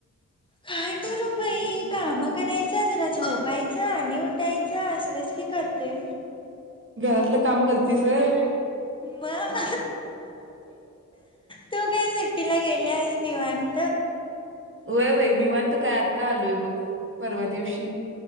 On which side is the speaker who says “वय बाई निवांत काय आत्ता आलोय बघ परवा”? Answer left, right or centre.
Right